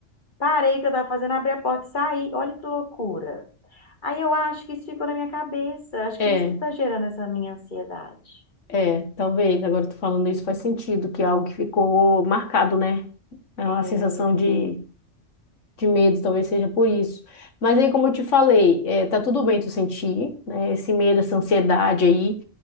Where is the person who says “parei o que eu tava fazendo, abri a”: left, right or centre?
Left